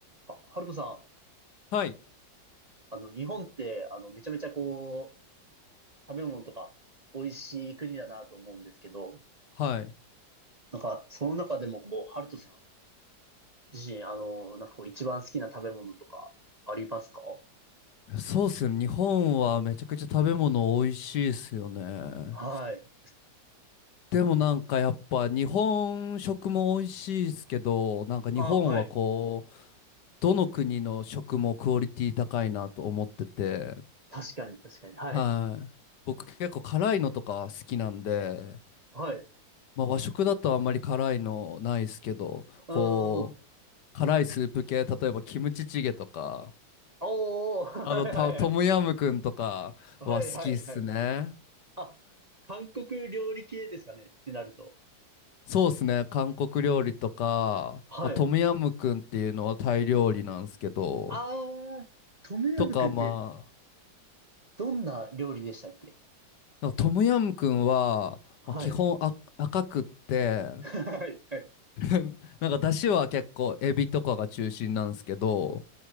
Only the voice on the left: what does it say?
はい。
はい。
そうっすよね。日本はめちゃくちゃ食べ物美味しいっすよね。
でもなんかやっぱ日本食も美味しいですけど、なんか日本はこう、
どの国の食もクオリティ高いなと思ってて、
はい。僕結構辛いのとか好きなんで、
まあ和食だとあんまり辛いのないですけど、
こう、辛いスープ系、例えばキムチチゲとか、
あの、たトムヤムクンとかは好きっすね。
そうっすね。韓国料理とか、
まあ、トムヤムクンっていうのはタイ料理なんですけど、
とかまあ、
なんかトムヤムクンは、
まあ、基本あ赤くって、
<laughs> なんか出汁は結構エビとかが中心なんですけど、